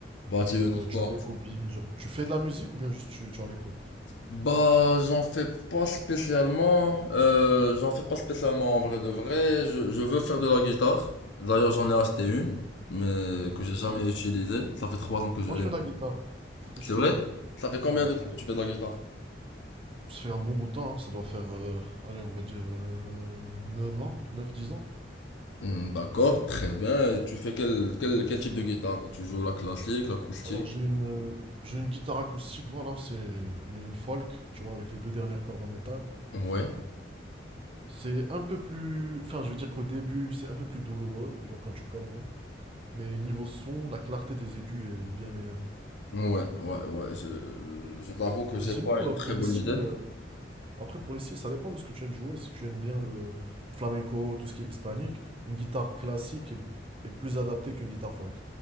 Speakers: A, on the left (about 70°); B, on the right (about 30°).
A: Bah,
B: Et
A: tu
B: euh,
A: écoutes
B: tu
A: quoi?
B: as des hobbies, genre, tu fais de la musique ou bien juste tu, tu en écoutes?
A: Bah, j'en fais pas spécialement. Euh, j'en fais pas spécialement en vrai de vrai. Je, je veux faire de la guitare. D'ailleurs, j'en ai acheté une, mais
B: Ok,
A: que j'ai jamais
B: super.
A: utilisée. Ça fait trois ans que je
B: Moi,
A: l'ai
B: je fais
A: maintenant.
B: de la guitare. Du coup, si
A: C'est
B: tu
A: vrai?
B: veux, euh,
A: Ça fait combien
B: ouais.
A: de temps que tu fais de la guitare?
B: Ça fait un bon bout de temps, hein. Ça doit faire, euh, allez, on va dire euh, 9 ans, neuf dix ans.
A: Hmm, d'accord, très bien. Tu fais quel, quel, quel type de guitare? Tu joues la classique, l'acoustique?
B: Alors j'ai une, euh, j'ai une guitare acoustique, voilà, c'est mais une folk, tu vois, avec les deux dernières cordes en métal.
A: Ouais,
B: C'est un peu plus, enfin je veux dire qu'au début c'est un peu plus douloureux, genre quand tu commences. Mais niveau son, la clarté des aigus est bien meilleure.
A: ouais, ouais, ouais. Je, je t'avoue que j'ai
B: Mais sinon
A: pas une
B: euh,
A: très
B: pour
A: bonne
B: des styles,
A: idée.
B: euh, après pour les styles ça dépend de ce que tu aimes jouer. Si tu aimes bien le, le flamenco, tout ce qui est hispanique, une guitare classique est, est plus adaptée qu'une guitare folk.